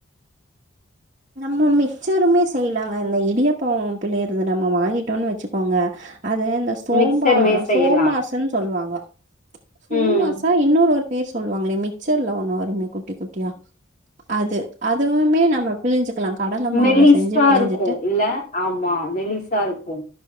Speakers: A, on the right; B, on the left.
A: நம்ம மிச்சருமே செய்யலாங்க இந்த இடியப்போ பிளியரதா நம்ம வாங்கிட்டோன்னு வச்சுக்கோங்க அது இந்த ஸ் சோம்ப
B: மிக்சர் மேரி செய்யலா
A: சோமாசுன் சொல்லுவாங்க சோமாசா
B: ம்
A: இன்னொரு ஒரு பேர் சொல்லுவாங்களே மிச்சர்ல ஒண்ணு வருமே குட்டி குட்டியா அது அதுவுமே நம்ம பிழிஞ்சுக்கலா கடல மாவுல
B: மெலிஸா
A: செஞ்சு பிழிஞ்சிட்டு
B: இருக்குஇல்ல ஆமா மெலிசா ருக்கு